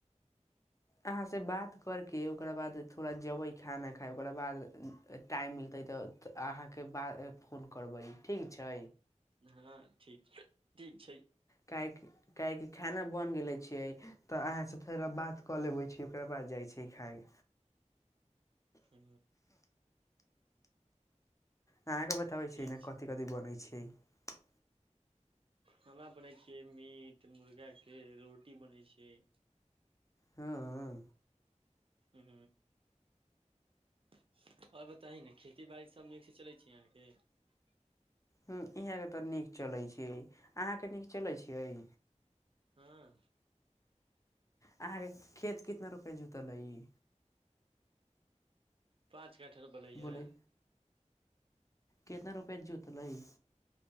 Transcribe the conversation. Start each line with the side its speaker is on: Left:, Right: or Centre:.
Left: अहाँसँ बात करके ओकरा बाद थोड़ा जेबै खाना खायइ ओकरा बाद टाइम मिलतै तऽ अहाँके ब फोन करबै ठीक छै।
Right: हँ ठीक छै ठीक छै।
Left: काह - काहक कि खाना बन गेले छियै तऽ अहाँसँ थोड़ा बात कऽ लेबै छी ओकरा बाद जाइ छै खाय
Right: हू
Left: अहाँके बताबै
Right: ठीक
Left: छी ने कथि कथि बनै छै? ए
Right: खाना बनै छियै मीट मुर्गा के, रोटी बनै छैियै।
Left: हँअ।
Right: हु। <unintelligible> आओर बताह न खेती बाी सब नीक से चलै छी अहाँके हे
Left: ह ई हेगत त नीक चले छी, अहां के नीक चले छी। हेई
Right: हँ।
Left: अहाँ के खेत कितना रूपे जुत तल इ
Right: पाँच कट्ठ रुप लैहे।
Left: बोलै कितना रुपआ जोत लई,